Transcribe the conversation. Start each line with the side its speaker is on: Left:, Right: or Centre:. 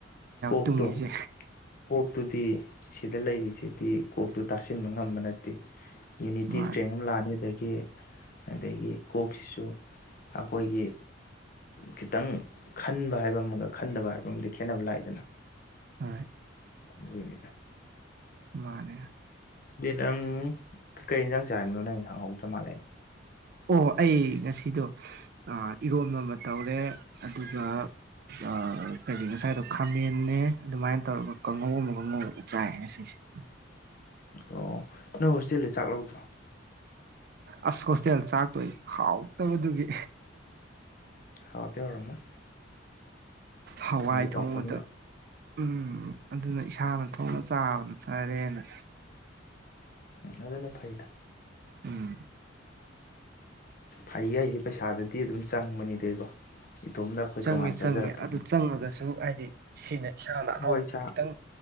Left: ꯀꯣꯛꯇꯣ
Right: ꯇꯨꯡꯉꯤꯁꯦ
Left: ꯀꯣꯛꯇꯨꯗꯤ ꯁꯤꯗ ꯂꯩꯔꯤꯁꯤ ꯗꯤ ꯀꯣꯛꯇꯣ ꯇꯥꯁꯤꯟꯕ ꯉꯝꯕ ꯅꯠꯇꯦ ꯌꯨꯅꯤꯇꯤ
Right: ꯃꯥꯅꯦ
Left: ꯏꯁꯇ꯭ꯔꯦꯡ ꯑꯃ ꯂꯥꯛꯑꯅꯤ ꯑꯗꯩ ꯒꯤ ꯑꯗꯒꯤ ꯀꯣꯛꯁꯤꯁꯨ ꯑꯩꯈꯣꯏꯒꯤ ꯈꯤꯇꯪ ꯈꯟꯕ ꯍꯥꯏꯕ ꯑꯃꯒ ꯈꯟꯗꯕ ꯍꯥꯏꯕ ꯑꯃꯗꯤ ꯈꯦꯠꯅꯕ ꯂꯥꯛꯏꯗꯅ
Right: ꯑꯝ
Left: ꯑꯗꯨꯢꯅꯤꯗ
Right: ꯃꯥꯅꯦ
Left: ꯅꯪ ꯀꯩ ꯏꯟꯖꯥꯡ ꯆꯥꯔꯕꯅꯣ ꯅꯪ ꯍꯪꯍꯧꯗ꯭ꯔ ꯃꯥꯜꯂꯦ
Right: ꯑꯣ ꯑꯩ ꯉꯁꯤꯗꯣ ꯏꯔꯣꯟꯕ ꯑꯃ ꯇꯧꯔꯦ ꯑꯗꯨꯒ ꯑꯑ ꯀꯔꯤ ꯉꯁꯥꯏꯗꯣ ꯈꯥꯃꯦꯟꯅꯦ ꯑꯗꯨꯃꯥꯏꯅ ꯇꯧꯔꯒ ꯀꯥꯡꯉꯧ ꯑꯃꯒ ꯉꯧꯔꯒ ꯆꯥꯏ ꯉꯁꯤꯁꯦ <inaudible>
Left: ꯑꯣ ꯅꯣꯏ ꯍꯣꯁꯇꯦꯜꯗꯩ ꯆꯥꯛ ꯂꯧꯗ꯭ꯔꯣ
Right: ꯑꯁ ꯍꯣꯁꯇꯦꯜ ꯆꯥꯛꯇꯣ ꯑꯩ ꯍꯥꯎꯇꯕ ꯗꯨꯒꯤ
Left: ꯍꯥꯎꯗꯤ ꯍꯥꯎꯔꯝꯃꯣꯏ
Right: ꯍꯋꯥꯏ
Left: ꯇꯧꯔꯛꯄꯅꯤꯅ
Right: ꯊꯣꯡꯕꯗꯣ ꯎꯝ ꯑꯗꯨꯅ ꯏꯁꯥꯅ ꯊꯣꯡꯉ ꯆꯥꯕꯅ ꯐꯔꯦꯅ
Left: ꯑꯗꯨꯅ ꯐꯩꯗ
Right: ꯎꯝ
Left: ꯐꯩꯌꯦ ꯍꯥꯏꯁꯦ ꯄꯩꯁꯥꯗꯗꯤ ꯑꯗꯨꯝ ꯆꯪꯕꯅꯤꯗꯣ ꯏꯕꯣ ꯏꯇꯣꯝꯗ ꯑꯩꯈꯣꯏ
Right: ꯆꯪꯉꯦ
Left: ꯇꯣꯉꯥꯟ ꯆꯥꯖꯔꯛꯄꯗꯨꯏ
Right: ꯆꯪꯉꯦ ꯑꯗꯨ ꯆꯪꯉꯒꯁꯨ ꯍꯥꯏꯗꯤ ꯁꯤꯅ ꯏꯁꯥꯅ ꯑꯍꯥꯎꯕꯗꯣ
Left: ꯍꯣꯏ ꯆꯥ
Right: ꯈꯤꯇꯪ